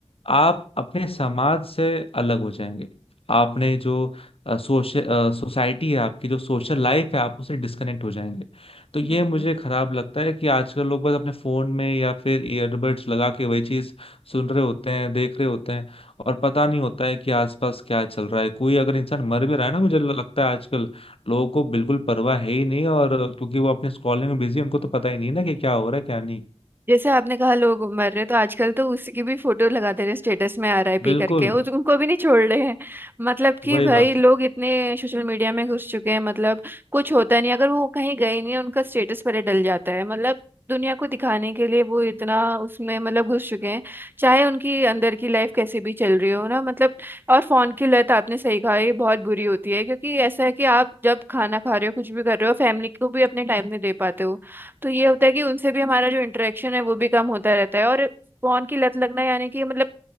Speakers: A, on the left; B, on the right.
A: आप अपने समाज से अलग हो जाएंगे आपने जो सोशल सोसाइटी है आपकी जो सोशल लाइफ है आप उससे डिस्कनेक्ट हो जाएंगे तो ये
B: हम्म।
A: मुझे खराब लगता है कि आजकल लोग बस अपने फोन में या फिर ईयरबड्स लगा के वही चीज सुन रहे होते हैं देख रहे होते हैं और पता नहीं होता है कि आसपास क्या चल रहा है कोई अगर इंसान मर भी रहा है ना मुझे लगता है आजकल लोगों को बिल्कुल परवाह है ही नहीं और क्योंकि वो अपने स्क्रॉलिंग में बिजी है उनको तो पता ही नहीं है ना कि क्या हो रहा है क्या नहीं
B: जैसे आपने कहा लोग मर रहे तो आजकल तो उसी की भी फोटो लगा दे रहे हैं स्टेटस में आरआईपी
A: बिल्कुल
B: करके उस, उनको भी नहीं छोड़ रहे हैं मतलब कि
A: वही
B: भाई
A: बात
B: लोग
A: है
B: इतने सोशल मीडिया में घुस चुके हैं मतलब कुछ होता नहीं अगर वो कहीं गए नहीं उनका स्टेटस पर ही डल जाता है मतलब दुनिया को दिखाने के लिए वो इतना उसमें मतलब घुस चुके हैं चाहे उनकी अंदर की लाइफ कैसे भी चल रही हो ना मतलब और फोन की लत आपने सही कहा ये बहुत बुरी होती है क्योंकि ऐसा है कि आप जब खाना खा रहे हो कुछ भी कर रहे हो फैमिली को भी अपने टाइम नहीं दे पाते हो तो ये होता है कि उनसे भी हमारा जो इंटरेक्शन है वो भी कम होता रहता है और फोन की लत लगना यानी कि मतलब